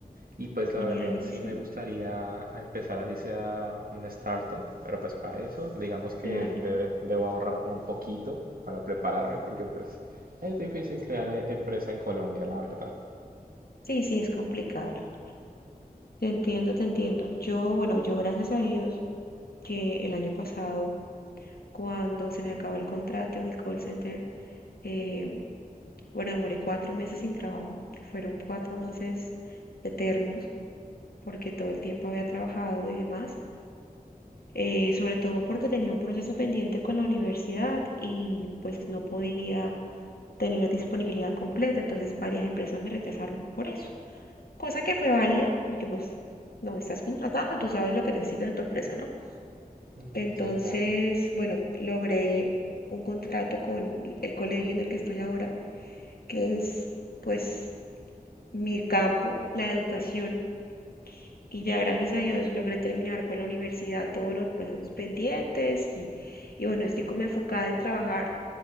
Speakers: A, on the right (about 70°); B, on the left (about 75°).
A: y pues la
B: genialísimo.
A: verdad sí me gustaría empezar así sea una startup, pero pues para eso digamos que
B: Claro,
A: debe- debo ahorrar como un poquito para prepararme porque pues es difícil crear eh, empresa en Colombia, la verdad.
B: sí, sí, es complicado, la verdad. Te entiendo, te entiendo. Yo, bueno, yo gracias a Dios que el año pasado, cuando se me acabó el contrato en el call center, eh, bueno, demoré cuatro meses sin trabajo. Fueron cuatro meses eternos porque todo el tiempo había trabajado y demás. eh, sobre todo porque tenía un proceso pendiente con la universidad y pues no podía tener disponibilidad completa. Entonces varias empresas me rechazaron por eso. cosa que fue válida, porque pues no estás contratando, tú sabes lo que necesita de tu empresa, ¿no?
A: Ujú,
B: Entonces,
A: sí, claro,
B: bueno, logré un contrato con el colegio en el que estoy ahora, que es pues mi campo, la educación, y ya gracias a Dios logré terminar con la universidad todos los procesos pendientes y, y bueno, estoy como enfocada en trabajar.